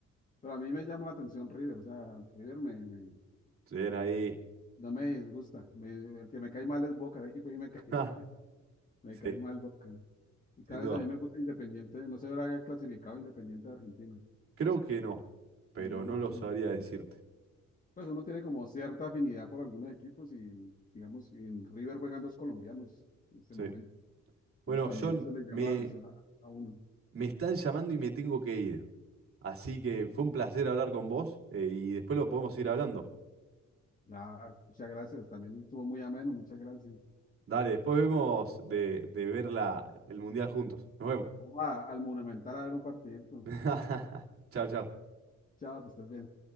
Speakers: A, on the left; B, on the right.
A: Pero a mí me llama la atención River, o sea, River me, me-
B: Se ven ahí.
A: no me disgusta. Me- el que me cae mal es Boca, el equipo ahí me
B: <laughs>
A: cae, <laughs>
B: Ja,
A: me
B: sí,
A: cae mal Boca. Y cada
B: sin duda.
A: vez también me gusta Independiente, no se habrá clasificado Independiente de Argentina.
B: Creo que no, pero
A: También me
B: no
A: gusta
B: lo
A: Independiente.
B: sabría decirte.
A: Pues uno tiene como cierta afinidad por algunos equipos y, digamos, en River juegan dos colombianos en este
B: Sí.
A: momento. Entonces
B: Bueno,
A: también
B: John,
A: eso le llama
B: me,
A: la atención a, a uno.
B: me están llamando y me tengo que ir. Así que fue un placer hablar con vos eh, y después lo podemos ir hablando.
A: Nada, muchas gracias, también estuvo muy ameno, muchas gracias.
B: Dale, después vemos de, de ver la, el mundial juntos. Nos vemos.
A: Vamos a- al Monumental a ver un partidito.
B: <laughs> Chao, chao.
A: Chao, que estés bien.